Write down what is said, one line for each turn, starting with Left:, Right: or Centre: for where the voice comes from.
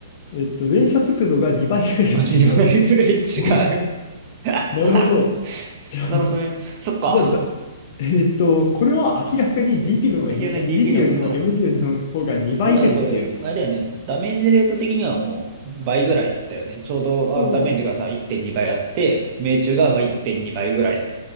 Left: えっと、連射速度が2倍ぐらい違う。
Right: 速度が2倍ぐらい違う。
Left: お、
Right: <laughs>
Left: なるほど。じゃあ、
Right: なるほどね。そっか。
Left: じゃあだ、えっと、これは明らかに DP の方がにえ
Right: 明らかに
Left: DP
Right: DP の方が、
Left: よりも
Right: はい。
Left: MG の方が2倍ぐらい強いと。
Right: 要はこれ、あれだよね。ダメージレート的にはもう倍ぐらいだよね。ちょうどあダメージがさ、
Left: そ
Right: 1.2倍あって、命中がまあ1.2倍ぐらい。
Left: う。うん